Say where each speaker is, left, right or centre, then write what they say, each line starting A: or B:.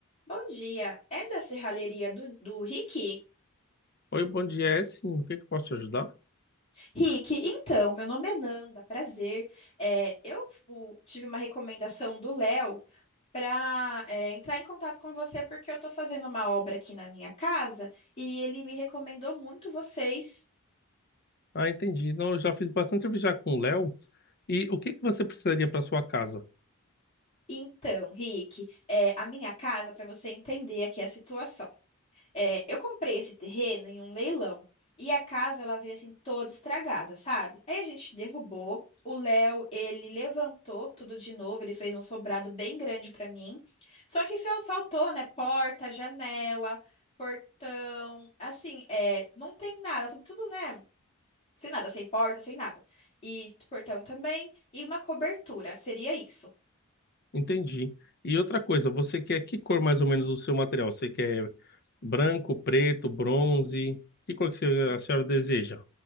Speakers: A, on the left; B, on the left.
A: Bom dia, é da serralheria do, do Rick?
B: Oi, bom dia, é sim. O que que eu posso te ajudar?
A: Rick, então, meu nome é Nanda, prazer. É, eu fu- tive uma recomendação do Léo para entrar em contato com você porque eu tô fazendo uma obra aqui na minha casa e ele me recomendou muito vocês.
B: Ah, entendi. Não, eu já fiz bastante serviço já com o Léo. E o que que você precisaria para sua casa?
A: Então, Rick, é, a minha casa, para você entender aqui a situação. É, eu comprei esse terreno em um leilão e a casa ela veio assim toda estragada, sabe? Aí a gente derrubou. O Léo, ele levantou tudo de novo, ele fez um sobrado bem grande pra mim. Só que fel- faltou, né? Porta, janela, portão, assim, é, não tem nada, tudo, tudo, né? Sem nada, sem porta, sem nada. E portão também, e uma cobertura, seria isso.
B: Entendi. E outra coisa, você quer que cor mais ou menos o seu material? Você quer branco, preto, bronze? Que cor que você- a senhora deseja?